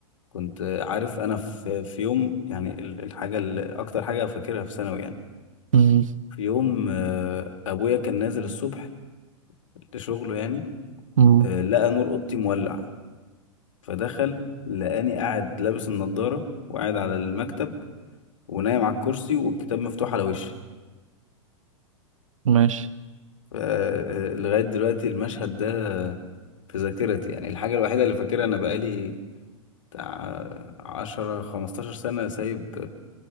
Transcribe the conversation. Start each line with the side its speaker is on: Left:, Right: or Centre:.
Left: كنت عارف انا في في يوم يعني ال- الحاجة اللي اكتر حاجة فاكرها في ثانوي يعني
Right: امم
Left: في يوم آه، ابويا كان نازل الصبح لشغله يعني
Right: أمم،
Left: آه، لقى نور اوضتي مولع فدخل لقاني قاعد لابس النضارة وقاعد على المكتب ونايم على الكرسي والكتاب مفتوح على وشي
Right: ماشي
Left: ف- آه، لغاية دلوقتي المشهد ده في ذاكرتي يعني الحاجة الوحيدة اللي فاكرها أنا بقالي بتاع عشرة خمستاشر سنة سايب